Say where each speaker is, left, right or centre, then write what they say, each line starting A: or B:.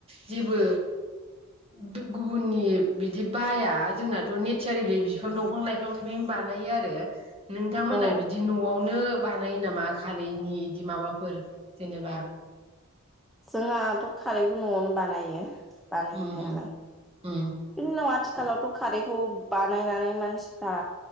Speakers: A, on the right (about 30°); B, in the centre.
A: जेबो बे गुबुननि बिदि बाया जोंनाथ नेचारेलि बि बिफां दंफां लाइफांनिफ्रायनो बानायो आरो लांदां नोंथांमोना
B: औ
A: बिदि नआवनो बा नायो नामा खारैनि बिदि माबाफोर जेनेबा
B: जोंहाथ खारैबो नआवनो बानायो बानायनायालाय
A: उम उम उम
B: खालाव आथिखालावथ खारैखौ बानायनानै मानसिफ्रा